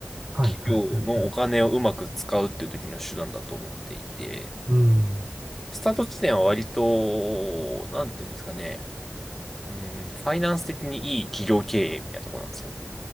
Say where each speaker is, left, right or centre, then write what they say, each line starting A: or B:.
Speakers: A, on the right; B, in the centre.
A: はいはいはいはい。
B: 企業のお金をうまく使うっていう時の手段だと思っていて、
A: うん。
B: スタート地点は割と、なんていうんですかね。うん、ファイナンス的にいい企業経営みたいなとこなんですよ。